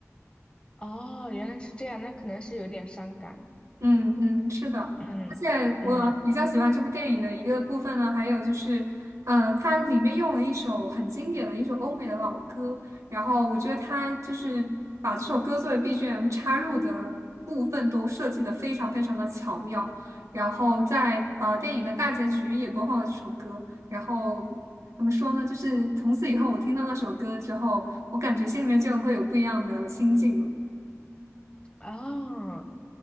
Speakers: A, on the left; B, on the right.
A: 哦，原来是这样，那可能是有点伤感。
B: 嗯嗯，是的，而且我比较喜欢这部电影的一个部分呢，
A: 嗯嗯，
B: 还有就是，嗯、它里面用了一首很经典的一首欧美的老歌，然后我觉得它就是把这首歌作为 BGM 插入的部分都设计的非常非常的巧妙，然后在呃电影的大结局也播放了这首歌，然后怎么说呢，就是从此以后我听到那首歌之后，我感觉心里面就会有不一样的心境了。
A: 哦